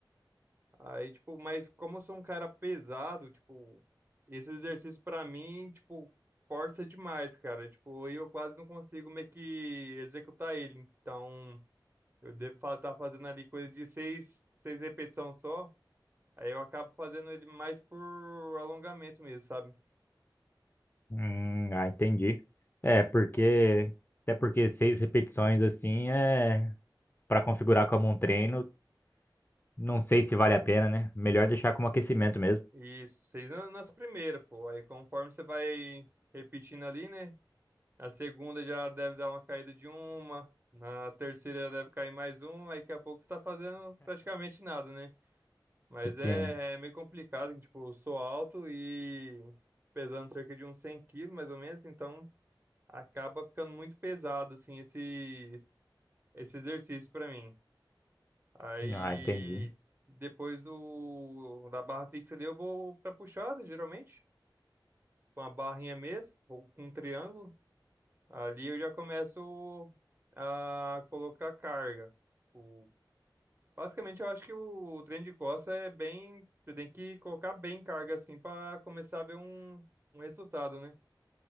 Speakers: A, on the right (about 30°); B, on the left (about 25°).
A: Aí, tipo, mas como eu sou um cara pesado, tipo, esse exercício pra mim, tipo, força demais, cara. Tipo, aí eu quase não consigo meio que executar ele. Então, eu devo estar fazendo ali coisa de seis, seis repetições só. Aí eu acabo fazendo ele mais por alongamento mesmo, sabe?
B: Hum, ah, entendi. É, porque, até porque seis repetições assim é para configurar como um treino. Não sei se vale a pena, né? Melhor deixar como aquecimento mesmo.
A: Isso, seis na- nas primeiras, pô. Aí conforme você vai repetindo ali, né? A segunda já deve dar uma caída de uma. Na terceira já deve cair mais uma. Aí daqui a pouco você tá fazendo praticamente nada, né? Mas
B: Assim,
A: é, é meio complicado, que tipo, eu sou alto e pesando cerca de uns 100 quilos, mais ou menos. Então acaba ficando muito pesado, assim, esse, esse exercício pra mim. Aí
B: ah, entendi.
A: depois do, da barra fixa ali eu vou pra puxada, geralmente. Com a barrinha mesmo, ou com um triângulo. Ali eu já começo a colocar carga. O- basicamente, eu acho que o treino de costas é bem. Você tem que colocar bem carga assim para começar a ver um, um resultado, né?